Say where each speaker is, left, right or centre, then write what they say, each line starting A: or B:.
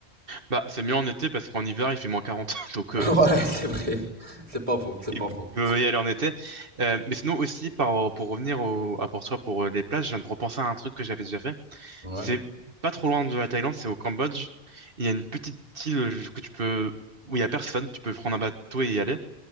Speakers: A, on the right; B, on the right.
A: Bah, c'est mieux en été parce qu'en hiver, il fait moins quarante, <laughs> Donc, euh,
B: <laughs> Ouais, c'est vrai. C'est pas faux, c'est
A: il
B: pas faux.
A: il vaut mieux y aller en été. Euh, mais sinon, aussi, par, pour revenir au, à Porto pour euh, les plages, je viens de repenser à un truc que j'avais déjà fait.
B: Ouais.
A: C'est pas trop loin de la Thaïlande, c'est au Cambodge. Il y a une petite île que tu peux, où il y a personne. Tu peux prendre un bateau et y aller.